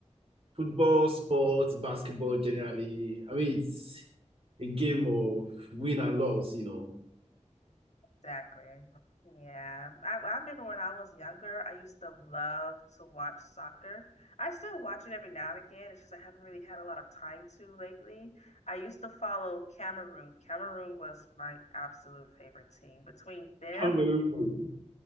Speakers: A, on the right (about 50°); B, on the left (about 65°).
A: football, sports, basketball generally, I mean, it's a game of win and loss, you know.
B: Exactly. Yeah. I, I remember when I was younger, I used to love to watch soccer. I still watch it every now and again. It's just I haven't really had a lot of time to lately. I used to follow Cameroon. Cameroon was my absolute favorite team. Between them,
A: Cameroon. <laughs>